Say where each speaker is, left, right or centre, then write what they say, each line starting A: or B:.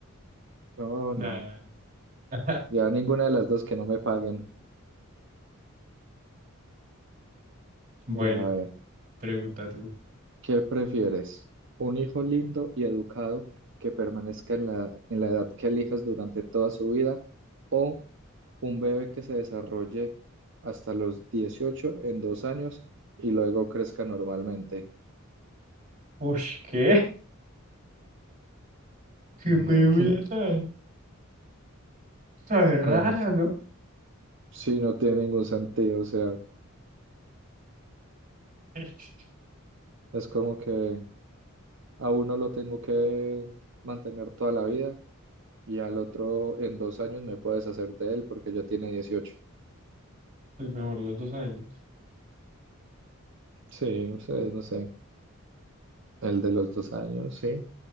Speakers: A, on the right; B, on the right.
A: no,
B: Nah.
A: no.
B: <laughs>
A: Ya ninguna de las dos que no me paguen.
B: Bueno,
A: Mira, a ver,
B: pregunta tú.
A: ¿qué prefieres? ¿Un hijo lindo y educado que permanezca en la, en la edad que elijas durante toda su vida? ¿O un bebé que se desarrolle hasta los 18 en dos años y luego crezca normalmente?
B: Ush, ¿qué? Qué
A: Eh,
B: pregunta
A: <laughs>
B: sabe rara,
A: Bueno, sí,
B: ¿no?
A: sí, no tiene ningún sentido. O sea,
B: <laughs>
A: es como que... A uno lo tengo que mantener toda la vida y al otro en dos años me puedes hacer de él porque ya tiene dieciocho
B: Pues mejor los dos años.
A: Sí, no sé no sé. El de los dos años, sí.